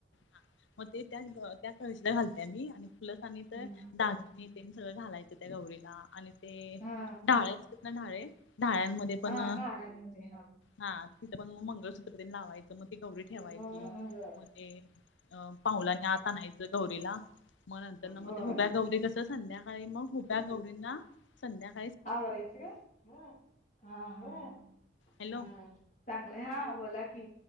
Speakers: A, on the left (about 85°); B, on the left (about 40°).
A: ह मग ते त्या त्या कळशीला घालतेय मी आणि फलस आणि तर
B: हम्म
A: दागिने ते सगळं घालायचं त्या गौरीला आणि ते
B: हा
A: ढाळे असतात ना ढाळे ढाळ्यांमध्ये पण
B: हा नाळ्यांमध्ये
A: हा तिथं पण मग मंगळसूत्रतीने लावायचं मग ती गौरी ठेवायची
B: होय होय
A: मग ते अं पावुलाने आता आणयचं गौरीला मग नंतर ना मग
B: होय
A: ते हुब्या गौरी कस संध्याकाळी मग हुब्या गौरींना संध्याका
B: आवरायचं का हा ह
A: हॅलो
B: चांगलंय हा बोला की